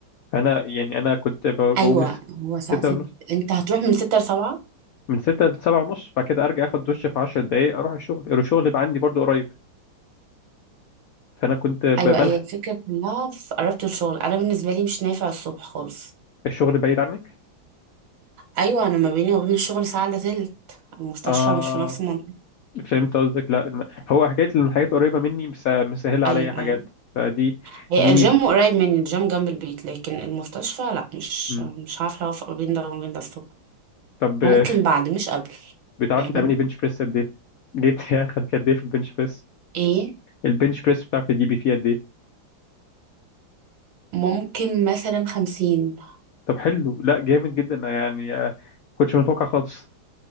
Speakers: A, on the left; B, on the right.
A: فانا يعني انا كنت ب- بقوم
B: ايوه
A: الس-
B: هو ساعة
A: 6
B: ست
A: ونص
B: انت هتروح من ستة لسبعة
A: من 6 ل 7 ونص بعد كده ارجع اخد دش في 10 دقايق اروح الشغل الشغل يبقى عندي برضو قريب فانا كنت ب-
B: ايوه
A: بلحق
B: هي الفكرة كلها في قربت الشغل انا بالنسبة لي مش نافع الصبح خالص
A: الشغل بعيد عنك
B: ايوه انا ما بيني وبين الشغل ساعه الا تلت المستشفى
A: اه
B: مش في نفس المنطقه
A: فهمت قصدك لا الم- هو حكايه ان الحاجات قريبه مني مس- مسهله عليا
B: ايوه
A: حاجات
B: ايوه
A: فدي
B: هي
A: دي
B: الجيم
A: ميزه
B: قريب مني الجيم جنب البيت لكن المستشفى لا مش
A: مم.
B: مش عارفه اوفق ما بين ده وما بين ده الصبح
A: طب
B: ممكن
A: <laughs> آه،
B: بعد مش قبل
A: بتعرفي
B: فاهمني
A: تعملي بنش بريس قد ايه جبتي اخر قد ايه في البنش بريس
B: ايه
A: البنش بريس بتعرفي تجيبي فيه قد ايه
B: ممكن مثلا خمسين
A: طب حلو لا جامد جدا يعني آه، كنتش متوقع خالص